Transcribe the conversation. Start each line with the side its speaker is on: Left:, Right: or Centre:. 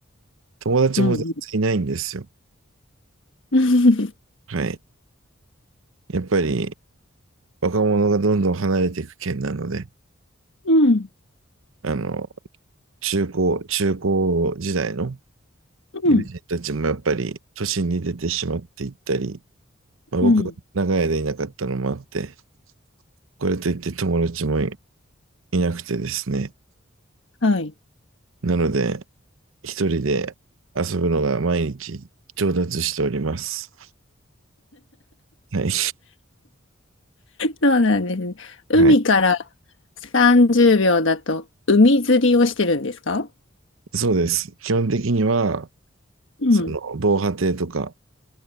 Right: 友達も全然いないんですよ。
Left: うん。うん。<laughs>
Right: はい。やっぱり、若者がどんどん離れていく県なので、
Left: うん。
Right: あの、中高、中高時代の
Left: うん。
Right: 友人たちもやっぱり、都心に出てしまっていったり、まあ、
Left: うん
Right: 僕が長い間いなかったのもあって、これといって友達もい、いなくてですね。
Left: はい。
Right: なので、一人で遊ぶのが毎日上達しております。はい。
Left: そうなんですね。海から
Right: はい。
Left: 30秒だと海釣りをしてるんですか
Right: そうです。基本的には、
Left: うん。
Right: その、防波堤とか、